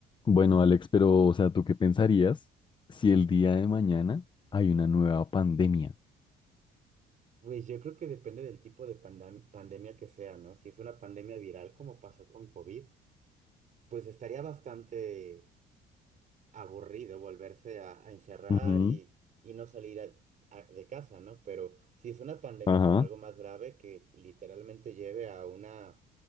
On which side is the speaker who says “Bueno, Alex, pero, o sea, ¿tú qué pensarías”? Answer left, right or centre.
Left